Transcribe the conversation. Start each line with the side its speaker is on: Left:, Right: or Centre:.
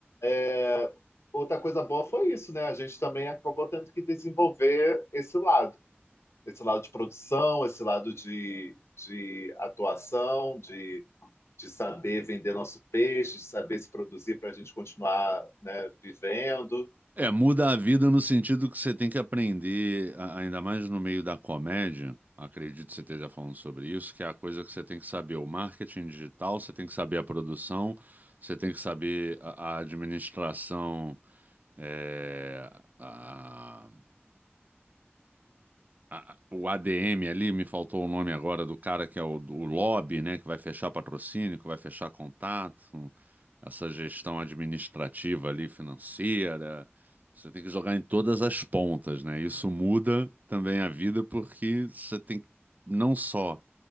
Left: é, outra coisa boa foi isso, né? A gente também acabou tendo que desenvolver esse lado, esse lado de produção, esse lado de, de atuação, de, de saber vender nosso peixe, de saber se produzir para a gente continuar, né, vivendo.
Right: É, muda a vida no sentido que você tem que aprender, a- ainda mais no meio da comédia, acredito que você esteja falando sobre isso, que é a coisa que você tem que saber o marketing digital, você tem que saber a produção, você tem que saber a, a administração, é, a- a- o ADM ali, me faltou o nome agora do cara que é o, o lobby, né, que vai fechar patrocínio, que vai fechar contato, essa gestão administrativa ali, financeira. Você tem que jogar em todas as pontas, né? Isso muda também a vida porque você tem que não só